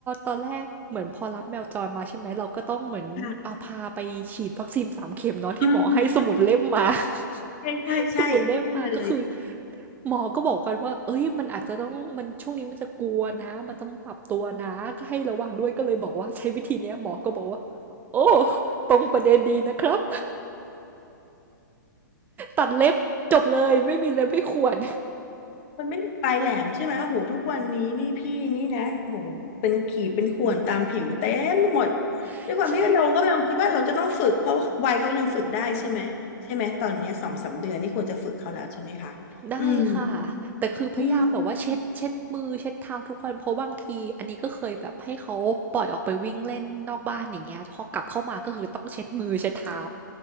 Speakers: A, on the right (about 15°); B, on the left (about 40°).
A: ตอนแรกเหมือนพอรับแมวจรมาใช่ไหมเราก็ต้องเหมือนเอาพาไปฉีดวัคซีนสามเข็มเนาะที่หมอให้สมุดเล่มมา
B: ค่ะเออ
A: <laughs>
B: ใช่ใช่ใช่ใช่ใช่เลย
A: สมุดเล่มมาก็คือหมอก็บอกกันว่าเอ้ยมันอาจจะต้องมันช่วงนี้มันจะกลัวนะมันต้องปรับตัวนะก็ให้ระวังด้วยก็เลยบอกว่าใช้วิธีเนี้ยหมอก็บอกว่าโอ้ตรงประเด็นดีนะครับ ตัดเล็บจบเลยไม่มีเล็บให้ข่วน
B: มันไม่มีปลายแหลมใช่ไหมโอ้โหทุกวันนี้นี่พี่นี่นะโอ้โหเป็นขีดเป็นข่วนตามผิวเต็มไปหมด
A: <laughs>
B: ด้วยความที่เรากกำลังคิดว่าเราจะต้องฝึก
A: ใช่
B: เพราะว่าวัยเขายังฝึกได้ใช่ไหมใช่ไหมตอนเนี้ยสองสามเดือนนี่ควรจะฝึกเขาแล้วใช่ไหมคะอืม
A: ได้ค่ะแต่คือพยายามแบบว่าเช็ดเช็ดมือเช็ดเท้าทุกวันเพราะบางทีอันนี้ก็เคยแบบให้เขาปล่อยออกไปวิ่งเล่นนอกบ้านอย่างเงี้ยพอกลับเข้ามาก็คือต้องเช็ดมือเช็ดเท้า
B: อืม